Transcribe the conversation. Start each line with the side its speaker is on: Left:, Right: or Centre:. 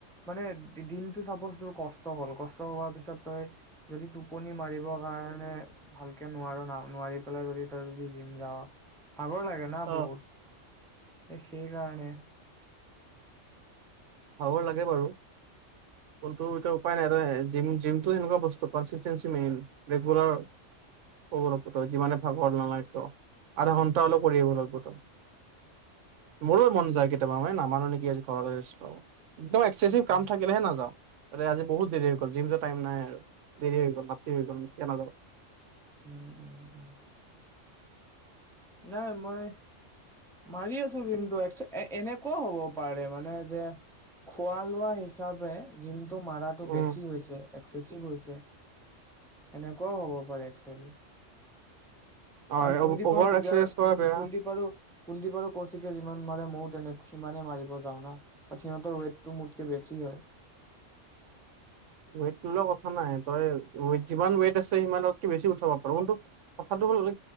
Centre: মানে। দিনটো চাপজ তোৰ কষ্ট হল কষ্ট হোৱাৰ পিছত তই যদি টোপনি মাৰিব কাৰণে ভালকে নোৱাৰ ন নোৱাৰি পেলাই যদি তই যদি জিম যাৱ। আগৰ লাগে না
Right: অ',
Centre: বহুত? এ ', শেই কাৰানে!
Right: ভাগৰ লাগে বাৰু কোনটো এতিয়া উপায় নাই। জিম- জিমটো সেনেকুৱা বস্তু কনচিষ্টেঞ্চি মেইন ৰেগুলাৰ কৰিব লাগব যিমানে ভাগৰ নালাগ ক আধা ঘন্টা হলে কৰি আহিব লাগিব ত মোৰ
Centre: উম
Right: মন যায় কেতিয়াবা মে নামাৰ নেকি আজ ঘৰলৈ আছিলো। একদম এক্সেচিভ
Centre: উম,
Right: কাম থাকিলেহে নাযাওঁ। আৰে', আজি বহুত দেৰি হৈ গল জিম য টাইম নাই আৰু দেৰি হৈ গল ৰাতি হৈ গ'ল এতিয়া নাযও।
Centre: উম- উ - উম -উম নাই মই মাৰি আছো জিমটো এক এ এনেকুৱও হ'ব পাৰে মানে যে খোৱা লোৱা হিচাপে জিমটো টো মাৰাটো
Right: উম,
Centre: বেছি হৈছে! একেচিভ হৈছে সেনেকুৱাও হ'ব পাৰে একচুৱেলি।
Right: হয়
Centre: আৰু কুলদীপ
Right: অভাৰ
Centre: আৰুদিব্যাৰ
Right: এক্সাৰচাইজ
Centre: আৰু
Right: কৰা বেয়া।
Centre: ক -কুলদীপ আৰু কুলদ্বীপ আৰু কৌশিকে যিমান মাৰে ময়ো তেনে সিমানে মাৰিব যাওনাা ব সিহঁতৰ ৱেইটটো মোতকে বেছি হয়।
Right: ৱেটলৈ কথা নাই তই যিমান ৱেট আছে সিমানকে বেছি উঠাব পাৰ কিন্তু কথাটো হ'ল